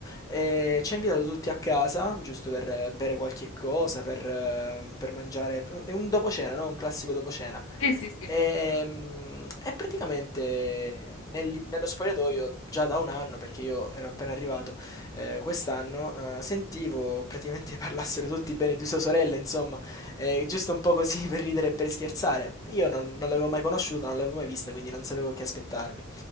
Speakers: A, on the left; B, on the left.
A: E ci ha invitato tutti a casa, giusto per eh, bere qualche cosa, per, eh, per mangiare. È un dopo cena, no? Un classico dopo cena.
B: sì, sì, sì.
A: E, mm, e praticamente nel- nello spogliatoio già da un anno, perché io ero appena arrivato eh, quest'anno, eh, sentivo praticamente <laughs> parlassero tutti bene di sua sorella, insomma eh, giusto un po' così <laughs> per ridere e per scherzare. Io non, non l'avevo mai conosciuta, non l'avevo mai vista, quindi non sapevo che aspettarmi.